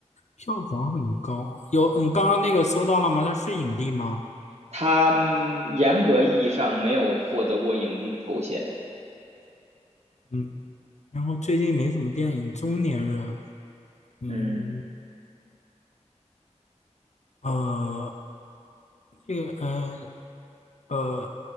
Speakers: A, on the left; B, on the right.
A: 票房很高。有，嗯，刚刚那个搜到了吗？它是影帝吗？
B: 他嗯严格意义上没有获得过影帝的头衔。
A: 嗯，然后最近没什么电影，中年人，嗯，
B: 嗯。
A: 呃，那个，呃，呃，